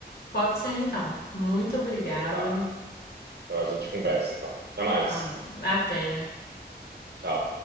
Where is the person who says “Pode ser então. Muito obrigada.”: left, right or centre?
Left